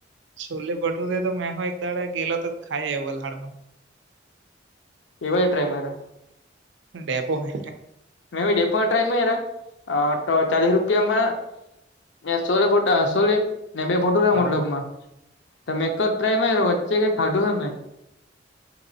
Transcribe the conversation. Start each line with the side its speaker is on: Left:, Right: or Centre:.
Right: છોલે બટર તો મેહો એકદાડા ગેલો તો ખાય <unintelligible>
Left: એવા ટ્રાય મારા
Right: ડેપો હે
Left: મે ડેપો મા ટ્રાય ની માયરા અ ચાલીસ રૂપિયામાં મેં સોલે પોટા સોલે ને બે <unintelligible>
Right: હા
Left: મતલબમાં તો મેં એક જ ટ્રાય વચ્ચે કે ખાધું છે